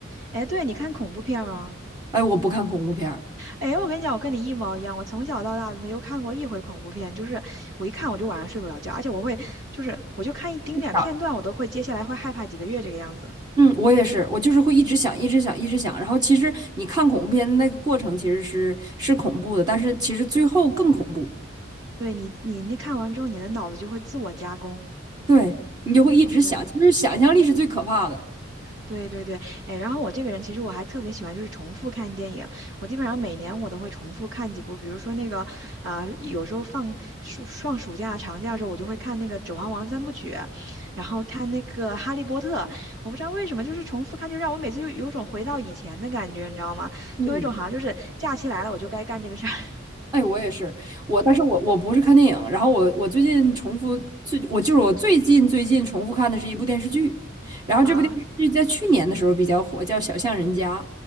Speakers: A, on the right; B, on the right.
A: 哎，对，你看恐怖片吗？
B: 哎，我不看恐怖片儿。
A: 哎，我跟你讲，我跟你一毛一样，我从小到大都没有看过一回恐怖片，就是我一看我就晚上睡不了觉，而且我会就是我就看一丁点片段，
B: 是的
A: 我都会接下来会害怕几个月这个样子。
B: 嗯，我也是，我就是会一直想，一直想，一直想。然后其实你看恐怖片的那个过程其实是是恐怖的，但是其实最后更恐怖。
A: 对你，你你看完之后，你的脑子就会自我加工。
B: 对，你就会一直想，
A: 对。
B: 其实想象力是最可怕的。
A: 对对对，哎，然后我这个人其实我还特别喜欢就是重复看电影，我基本上每年我都会重复看几部，比如说那个，啊，有时候放暑放暑假、长假的时候，我就会看那个《指环王》三部曲，然后看那个《哈利波特》，我不知道为什么就是重复看，就让我每次就有种回到以前的感觉，你知道吗？
B: 嗯。
A: 就有一种好像就是假期来了我就该干这个事儿
B: 哎，我也是，我，但是我我不是看电影，然后我我最近重复最，我就是我最近最近重复看的是一部电视剧，然后这部电视剧在去年的时候比较火，
A: <laughs> 啊。
B: 叫《小巷人家》。